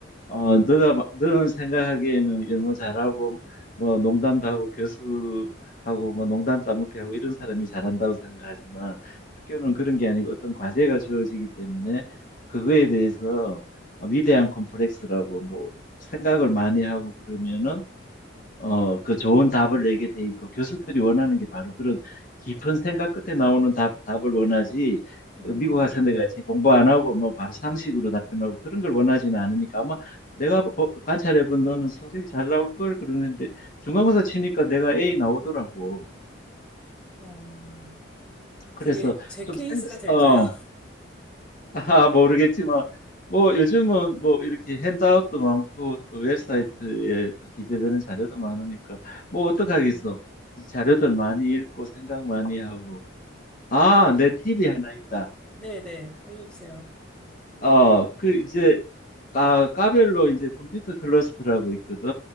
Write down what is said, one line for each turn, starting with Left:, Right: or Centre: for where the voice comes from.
Left: 어, 너가 마- 너는 생각하기에는 영어 잘하고 뭐 농담도 하고 교수하고 뭐 농담 따먹기 하고 이런 사람이 잘한다고 생각하지만 학교는 그런 게 아니고 어떤 과제가 주어지기 때문에 그거에 대해서 위대한 콤플렉스라고 뭐 생각을 많이 하고 그러면은 어, 그 좋은 답을 내게 돼 있고 교수들이 원하는 게 바로 그런 깊은 생각 끝에 나오는 답, 답을 원하지
Centre: 음,
Left: 어, 미국 학생들 같이 공부 안 하고 뭐 바로 상식으로 답변하고 그런 걸 원하지는 않으니까 아마 내가 관찰해 본 너는 성적이 잘 나올 걸 그러는데 중간고사 치니까 내가 A 나오더라고.
Centre: 어.
Left: 그래서
Centre: 그게 제
Left: 좀
Centre: 케이스가
Left: 생,
Centre: 될까요?
Left: 어, 아, 모르겠지만 뭐 뭐 요즘은 뭐 이렇게 핸드아웃도 많고 또 웹사이트에 또 기재되는 자료도 많으니까 뭐
Centre: <laughs>
Left: 어떡하겠어.
Centre: 음,
Left: 자료들
Centre: 음,
Left: 많이 읽고 생각 많이 하고. 아,
Centre: 하긴,
Left: 내 팁이 하나 있다.
Centre: 네네, 알려주세요.
Left: 어, 그 이제 아, 까별로 이제 컴퓨터 클러스터라고 있거든.